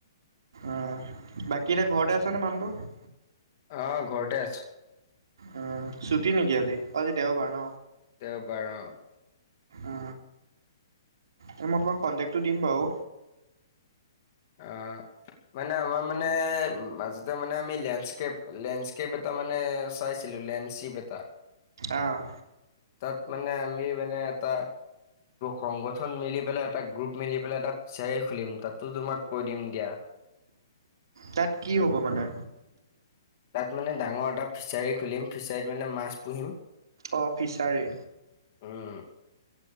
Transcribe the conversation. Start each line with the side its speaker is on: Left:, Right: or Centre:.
Right: অ' বাকী এতিয়া ঘৰতে আছেনে মানুহ টো?
Left: অ ঘৰতে আছো
Right: উম ছুটি নেকি আজি অ আজি দেওবাৰ ন
Left: দেওঁ বাৰ অ
Right: অ এই মই তোমাক কণ্টেকটটো দিম বাৰু
Left: অ মানে আমাৰ মানে মাজতে মানে আমি লেণ্স্কেপ লেণ্স্কেপ এটা মানে চাইছিলো লেঞ্চিপ এটা।
Right: আহ
Left: তাত মানে আমি মানে এটা সংগঠন মিলি পেলাই এটা গ্ৰুপ মিলি পেলাই এটা ফিচাৰি খুলিম তাতো তোমাক কৰি দিম দিয়া
Right: তাত কি হ'ব মানে
Left: তাত মানে ডাঙৰ এটা ফিছাৰী খুলিম ফিছাৰীত মানে মাছ পুহিম
Right: অ ফিচাৰী
Left: উম।